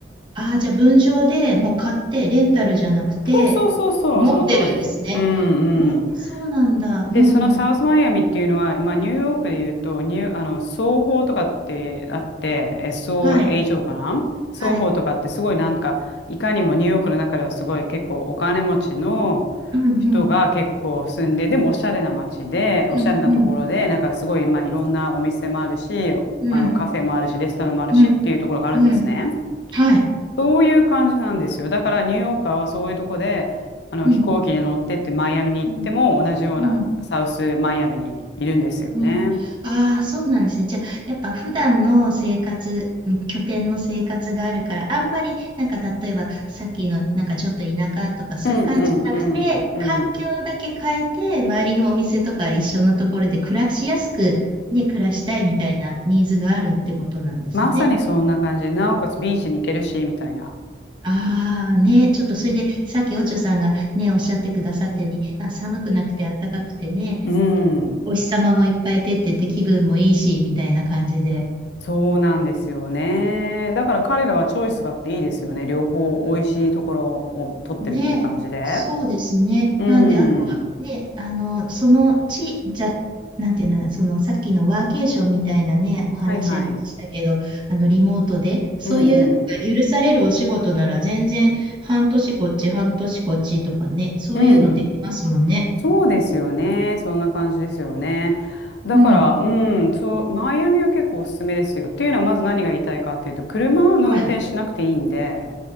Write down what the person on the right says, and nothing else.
ああ、じゃあ分譲でもう買って、レンタルじゃなくて、
持ってるんですね。
ええ、そうなんだ。
うんうん。
はい。
はい。
うんうん。
うんうん。
うん
うん。うん。はい。
うん。うん。うんうん。ああ、そうなんですね。じゃあ、やっぱ普段の生活、うん拠点の生活があるから、あんまり、なんか例えば、さっきの、なんかちょっと田舎とかそういう感じじゃなくて、
環境だけ変えて、周りのお店とか一緒のところで暮らしやすく、ね、暮らしたいみたいなニーズがあるってことなんですね。
ああ、ね、ちょっとそれで、さっきおちょさんがね、おっしゃってくださったように、あ、寒くなくて暖かくてね、
お日様もいっぱい出てて気分もいいし、みたいな感じで。
で、そうですね。
なんで、あとは、ね、あの、その地、じゃ、なんていうの、そのさっきのワーケーションみたいなね、お話ありましたけど、
あの、リモートで、そういうのが許されるお仕事なら、
全然、半年こっち、半年こっちとかね、そういうのできますもんね。
うん。
はい。